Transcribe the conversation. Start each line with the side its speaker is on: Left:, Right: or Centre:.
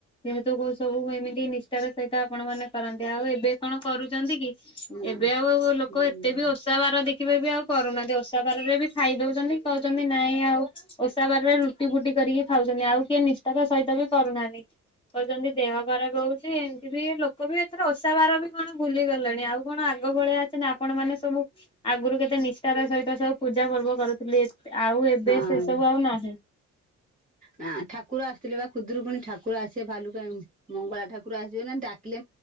Left: ଯେହେତୁ କୋଉ ସବୁ ଏମିତି ନିଷ୍ଠାର ସହିତ ଆପଣ ମାନେ କରନ୍ତି ଆଉ ଏବେ କଣ କରୁଚନ୍ତି କି?
Right: ନା
Left: ଏବେ ଆଉ ଲୋକ
Right: ହୁଁ
Left: ଏତେ ବି ଓଷା ବାର ଦେଖିବେ ବି ଆଉ କରୁନାହାନ୍ତି ଓଷା ବାରରେ ବି ଖାଇଦୋଉଚନ୍ତି। କୋହୁଚନ୍ତି ନାଇଁ ଆଉ ଓଷା ବାରରେ ରୁଟି ଫୁଟି କରିକି ଖାଉଚନ୍ତି ଆଉ କିଏ ନିଷ୍ଠାପ ସହିତ ବି କରୁନାହାନ୍ତି। କହୁଚନ୍ତି ଦେହ ଖରାପ ହୋଉଚ ଏମିତି ବି ଲୋକ ବି ଏଥର ଓଷା ବାର ବି କଣ ଭୁଲିଗଲେଣି ଆଉ କଣ ଆଗ ଭଳିଆ ଅଛ ନା ଆପଣ ମାନେ ସବୁ ଆଗରୁ କେତେ ନିଷ୍ଠାର ସହିତ ସବୁ ପୂଜା ପର୍ବ କରୁଥିଲେ ଆଉ ଏବେ
Right: ହଁ।
Left: ସେ ସବୁ ଆଉ ନାହିଁ।
Right: ନା ଠାକୁର ଆସିଥିଲେ ବା ଖୁଦୁରୁକୁଣି ଠାକୁର ଆସିବେ ଭାଲୁକା ମଙ୍ଗଳା ଠାକୁର ଆସିବେ ନା ଡାକିଲେ